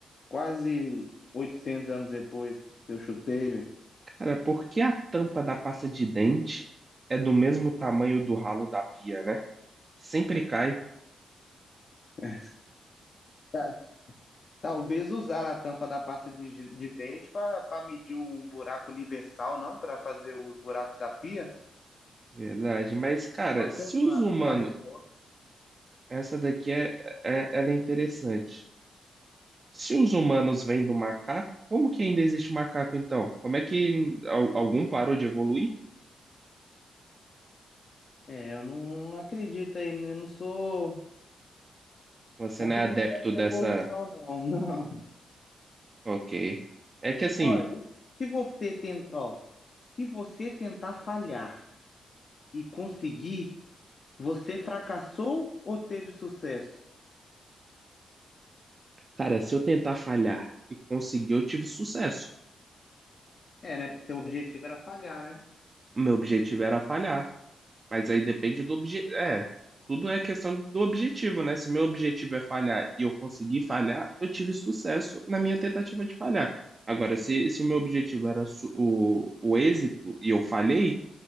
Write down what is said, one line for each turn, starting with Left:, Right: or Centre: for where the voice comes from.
Left: Quase oitocentos anos depois que eu chutei, velho.
Right: Cara, por que a tampa da pasta de dente é do mesmo tamanho do ralo da pia, né? Sempre cai.
Left: <laughs> Ta- Talvez usar a tampa da pasta de, de- de dente para medir um buraco universal, não? Para fazer os buracos da pia?
Right: Verdade, mas, cara,
Left: Pode
Right: se
Left: ser uma,
Right: os humanos...
Left: uma resposta.
Right: Essa daqui é, é, ela é interessante. Se os humanos vêm do macaco, como que ainda existe macaco então? Como é que al- algum parou de evoluir?
Left: É, eu não acredito aí, né? eu não sou
Right: Você
Left: Não
Right: não
Left: acredito
Right: é adepto
Left: nessa
Right: dessa.
Left: evolução, não, <laughs> não.
Right: Ok. É que assim,
Left: Ó, e se você tentar, ó, se você tentar falhar e conseguir, você fracassou ou teve sucesso?
Right: cara, se eu tentar falhar e conseguir, eu tive sucesso.
Left: É, né? Porque seu objetivo era falhar, né?
Right: O meu objetivo era falhar, mas aí depende do objetivo. É, tudo é questão do objetivo, né? Se meu objetivo é falhar e eu conseguir falhar, eu tive sucesso na minha tentativa de falhar. Agora, se, se o meu objetivo era su- o, o êxito e eu falhei,